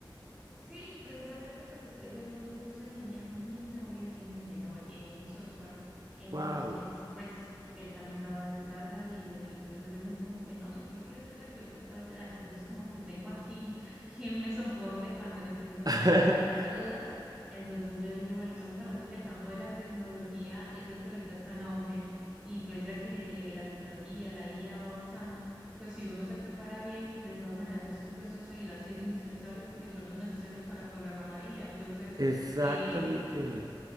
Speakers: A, in the centre; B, on the right (about 50°).
A: Sí, precisamente pues estoy haciendo unos cursos en línea. Mi novio es ingeniero en software, entonces
B: wow.
A: pues él también trabaja desde casa y él, entonces él me decía como que no, si tú lo quieres hacer, yo te puedo ayudar. Entonces como que tengo aquí <laughs> quien me soporte cuando necesite
B: <laughs>
A: ayuda o tenga dudas. Entonces yo dije, bueno, estamos hablando que el campo de la tecnología es el que ahorita está en auge y pese a que eh, la tecnología, la IA va avanzando pues si uno se prepara bien, de todas maneras estos puestos seguirán siendo indispensables porque son los necesarios para programar la IA. Entonces,
B: Exactamente.
A: eh,